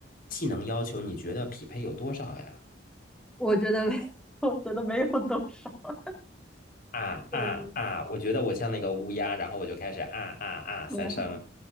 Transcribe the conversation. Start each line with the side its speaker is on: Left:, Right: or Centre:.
Left: 技能要求，你觉得匹配有多少呀？
Centre: 我觉得，<laughs> 我觉得没有多少，
Left: 啊啊啊！
Centre: 对，
Left: 我觉得我像那个乌鸦，然后我就开始啊啊啊三声。
Centre: 对